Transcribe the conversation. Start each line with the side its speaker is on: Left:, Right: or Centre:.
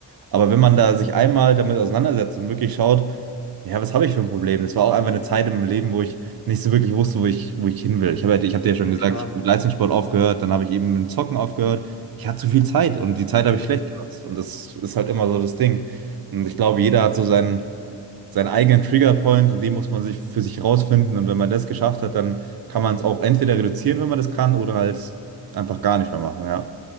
Right: Aber wenn man da sich einmal damit auseinandersetzt und wirklich schaut, ja, was habe ich für ein Problem? Das war auch einfach eine Zeit im Leben, wo ich nicht so wirklich wusste, wo ich, wo ich hin will. Ich habe, halt- ich habe dir ja schon
Left: na
Right: gesagt,
Left: klar.
Right: ich habe mit Leistungssport aufgehört, dann habe ich eben mit dem Zocken aufgehört. Ich hatte zu viel Zeit und die Zeit habe ich
Left: Mhm.
Right: schlecht genutzt. Und das ist halt immer so das Ding. Und ich glaube, jeder hat so seinen, seinen eigenen Triggerpoint und den muss man sich für sich rausfinden. Und wenn man das geschafft hat, dann kann man es auch entweder reduzieren, wenn man das kann, oder halt einfach gar nicht mehr machen, ja.